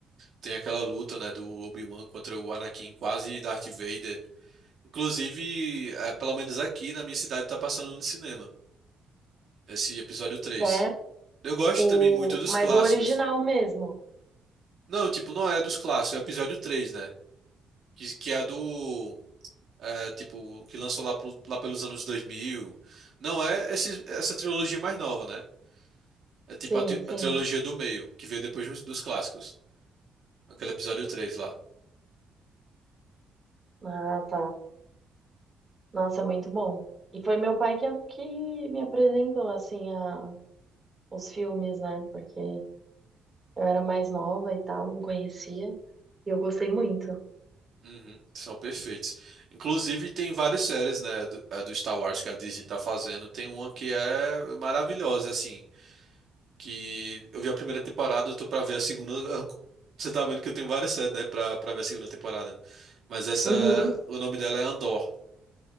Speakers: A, on the right; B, on the right.
A: tem aquela luta, né, do Obi-Wan contra o Anakin, quase Darth Vader. Inclusive, é, pelo menos aqui na minha cidade tá passando no cinema esse episódio três
B: É
A: Eu gosto
B: o,
A: também muito dos
B: mas
A: clássicos.
B: o original mesmo.
A: Não, tipo, não é dos clássicos, é o episódio três né? Que, que é do. é, tipo, que lançou lá, pro- lá pelos anos dois mil Não é esse, essa trilogia mais nova, né? É tipo
B: Sim,
A: a, tri-
B: sim.
A: a trilogia do meio, que veio depois dos dos clássicos. Aquele episódio 3 lá.
B: Ah, tá. Nossa, é muito bom. E foi meu pai que, que me apresentou, assim, a, os filmes, né? Porque Eu era mais nova e tal, não conhecia. E eu gostei muito.
A: Uhum, são perfeitos. Inclusive, tem várias séries, né, do, a do Star Wars que a Disney tá fazendo. Tem uma que é maravilhosa, assim, que eu vi a primeira temporada, eu tô pra ver a segunda. <laughs> Você tá vendo que eu tenho várias séries, né, pra, pra ver a segunda temporada. Mas essa,
B: Uhum.
A: o nome dela é Andor.